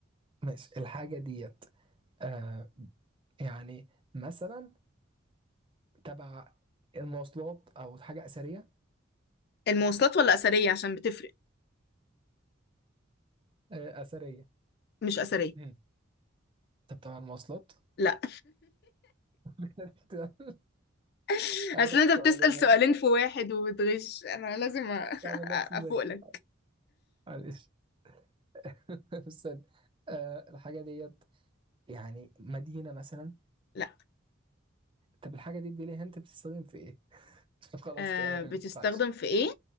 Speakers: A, on the right; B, on the left.
A: ماشي الحاجة ديت آه يعني مثلا تبع المواصلات أو حاجة أثرية
B: المواصلات ولا أثرية عشان بتفرق
A: آه أثرية
B: مش أثرية
A: مم. طب تبع المواصلات
B: لا
A: <laughs>
B: <laughs>
A: هاخدك
B: أصل أنت
A: سؤالين
B: بتسأل سؤالين
A: مثلا
B: في واحد وبتغش أنا لازم أ-
A: بعمل
B: <laughs>
A: نفسي
B: أفوق
A: ذكي
B: لك
A: معلش <laughs> استنى آه الحاجة ديت يعني مدينة مثلا
B: لا
A: طب الحاجة دي اديني هنت بتستخدم في ايه؟ <laughs> خلاص
B: أه
A: كده ما ينفعش
B: بتستخدم في إيه؟